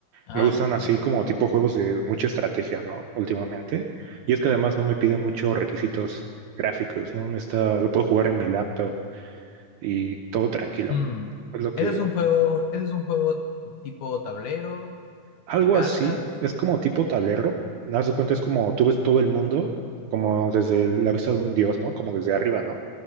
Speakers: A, on the left; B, on the right.
A: Ah,
B: me gustan así
A: ya.
B: como tipo juegos de mucha estrategia, ¿no? Últimamente, y es que además no me pide muchos requisitos gráficos, ¿no? No está, lo puedo jugar en mi laptop y todo tranquilo.
A: Mm.
B: Es lo que
A: Ese es un juego, ese es un juego tipo tablero,
B: Algo
A: de cartas.
B: así, es como tipo tablero, haz de cuenta, es como tú ves todo el mundo, como desde el- la vista de un dios, ¿no? Como desde arriba, ¿no?